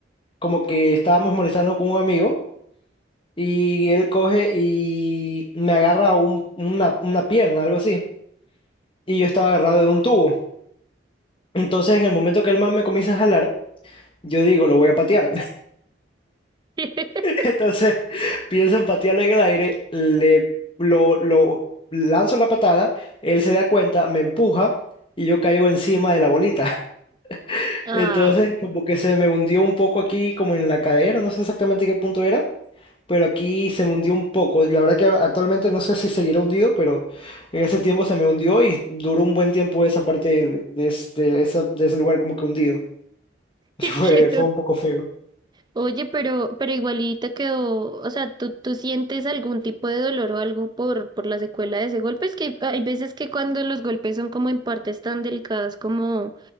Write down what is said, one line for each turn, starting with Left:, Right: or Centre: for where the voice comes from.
Left: como que estábamos molestando con un amigo y él coge y me agarra un- una, una pierna, algo así. Y yo estaba agarrado de un tubo. Entonces, en el momento que el man me comienza a jalar, yo digo, lo voy a patear.
Right: <laughs>
Left: Entonces <laughs> pienso en patearle en el aire, le lo, lo lanzo la patada, él se da cuenta, me empuja y yo caigo encima de la bolita. <laughs>
Right: Au.
Left: Entonces como que se me hundió un poco aquí como en la cadera, no sé exactamente qué punto era, pero aquí se me hundió un poco. La verdad que actualmente no sé si seguirá hundido, pero en ese tiempo se me hundió y duró un buen tiempo esa parte de, de, es- de esa- de ese lugar como que hundido.
Right: <laughs>
Left: <laughs> Fue,
Right: qué
Left: fue un poco feo.
Right: Oye, pero, pero igualita quedó, o sea, ¿tú, tú sientes algún tipo de dolor o algo por, por la secuela de ese golpe? Es que hay, veces que cuando los golpes son como en partes tan delicadas como